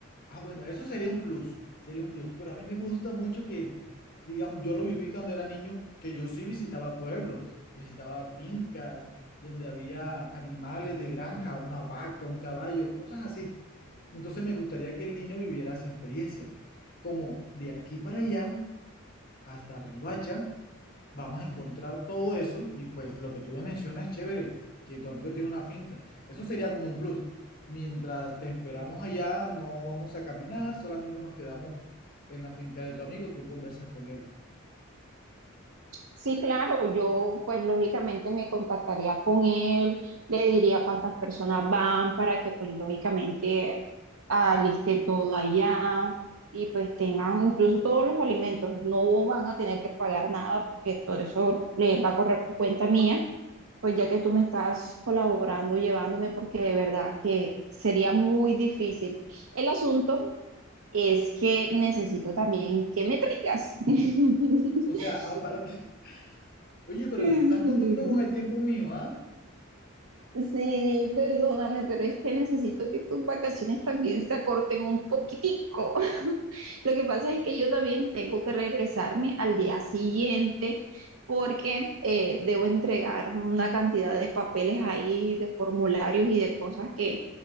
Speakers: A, on the left; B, on the right.
A: Ah, bueno, eso sería un plus, sería un plus. Pero a mí me gusta mucho que, digamos, yo lo viví cuando era niño, que yo sí visitaba pueblos, visitaba fincas donde había animales de granja, una vaca, un caballo, cosas así. Entonces me gustaría que el niño viviera esa experiencia. Como de aquí para allá, hasta Ribacha, vamos a encontrar todo eso y pues lo que tú me mencionas es chévere, que tu amigo tiene una finca. Eso sería como un plus. Mientras te esperamos allá, no vamos a caminar, solamente nos quedamos en la finca de tu amigo, tú conversas con él.
B: Sí, claro, yo pues lógicamente me contactaría con él, le diría cuántas personas van para que pues lógicamente aliste todo allá y pues tengan incluso todos los alimentos, no van a tener que pagar nada porque todo eso le va a correr por cuenta mía, pues ya que tú me estás colaborando, llevándome, porque de verdad que sería muy difícil. El asunto es que necesito también que me traigas. <laughs>
A: O sea, aparte, <laughs> oye, pero
B: Sí.
A: tú estás contando con el tiempo mío, ¿ah?
B: Sí, perdóname, pero es que necesito que tus vacaciones también se acorten un poquitico. <laughs> Lo que pasa es que yo también tengo que regresarme al día siguiente porque eh, debo entregar una cantidad de papeles ahí, de formularios y de cosas que,